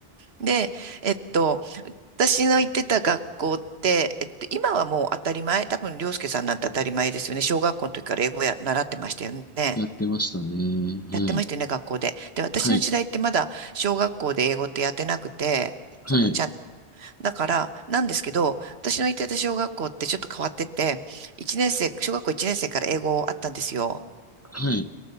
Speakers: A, on the right; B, on the left.
A: で、えっと、私の行ってた学校って、えっと、今はもう当たり前、多分、涼介さんなんて当たり前ですよね。小学校の時から英語や、習ってましたよね。
B: やってましたね。はい。
A: やってましたよね、学校で。で、私の時代ってまだ小学校で英語ってやってなくて、
B: はい。はい。
A: その、ちゃんだから、なんですけど、私の行ってた小学校ってちょっと変わってて、一年生、小学校1年生から英語あったんですよ。
B: はい。